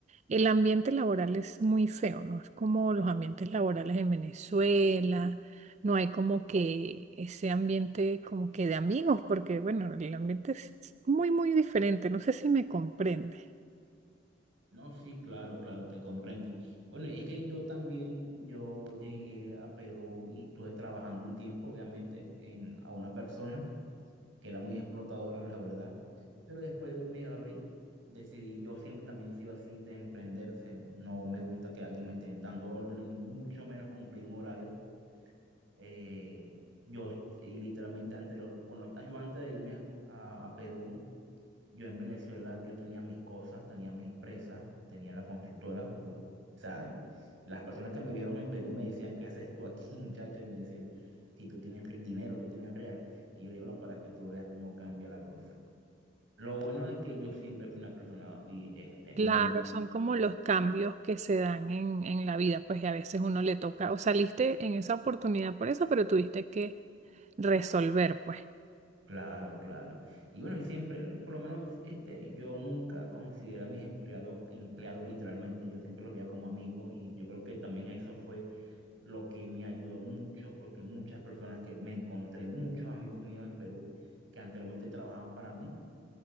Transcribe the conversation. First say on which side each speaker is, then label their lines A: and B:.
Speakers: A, on the right; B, on the right.
A: el ambiente laboral es muy feo, ¿no? Es como los ambientes laborales en Venezuela, no hay como que ese ambiente como que de amigos, porque bueno, el ambiente es muy, muy diferente, no sé si me comprende.
B: No, sí, claro, claro, te comprendo. Bueno, es que yo también, yo llegué a Perú y estuve trabajando un tiempo, obviamente, en, a una persona. que era muy explotadora, la verdad. Pero después me abrí, decidí, yo siempre también he sido así de emprender, o sea, no me gusta que alguien me esté dando órdenes, ni mucho menos cumplir un horario. Eh, yo, y literalmente, antes, lo- cuando, yo antes de irme a, a Perú, yo en Venezuela, yo tenía mis cosas, tenía mi empresa, tenía la constructora. Yo, o sea, las personas que me vieron en Perú me decían, ¿qué haces tú aquí, <laughs> muchacho? Y me decían, si tú tienes re- dinero, tú tienes real. Y yo le digo, no, para que tú veas cómo cambia la cosa. Lo bueno es que yo siempre fui una persona y, este, muy
A: Claro, son como los cambios que se dan en, en la vida, pues y a veces uno le toca, o saliste en esa oportunidad por eso, pero tuviste que resolver, pues.
B: Claro, claro. Y bueno, y siempre, por lo menos, este, yo nunca considero a mis empleados empleados literalmente, yo siempre los veía como amigos y yo creo que también eso fue lo que me ayudó mucho porque muchas personas que me encontré, muchos amigos míos en Perú que anteriormente trabajaban para mí